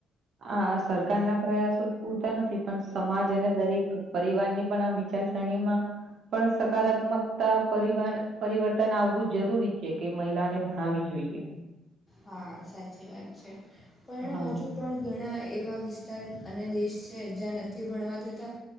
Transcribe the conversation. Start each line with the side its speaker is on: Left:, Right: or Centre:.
Right: હ સરકાર ના પ્રયાસો જ પૂરતા નથી પણ સમાજ અને દરેક પરિવાર ની પણ આ વિચ શણીમાં પણ સકારાત્મકતા પરિવર્તન આવવું જરૂરી છે કે કે મહિલાને ભણાવી જોઈએ
Left: હા સાચી વાત છે પણ
Right: હા.
Left: હજુ પણ ઘણા એવા વિસ્તાર અને દેશ છે જ્યાં નથી ભણવા દતા